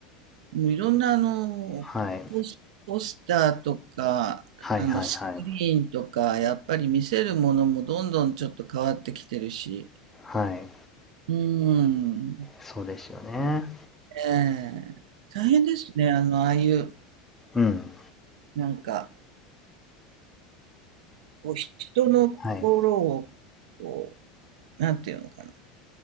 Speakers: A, on the right; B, in the centre.
A: もういろんなあの、
B: はい。
A: ポス、ポスターとか、
B: はいはいはい。
A: あの、スクリーンとか、やっぱり見せるものもどんどんちょっと変わってきてるし。
B: はい。
A: うん。
B: そうですよね。
A: ええ。大変ですね。あの、ああいう、
B: うん。
A: なんか、こう、人の心を、
B: はい。
A: こう、なんていうのかな。